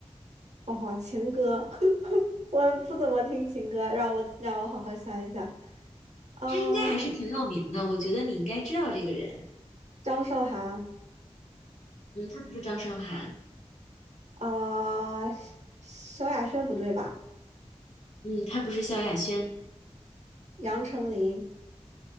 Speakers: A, on the right; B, on the left.
A: 哦，情歌，<laughs> 我不怎么听情歌，让我让我好好想一想，啊、
B: 他应该还是挺有名的，我觉得你应该知道这个人。
A: 张韶涵，
B: 嗯，他不是张韶涵，
A: 啊、萧亚轩不对吧？
B: 嗯，他不是萧亚轩，
A: 杨丞琳。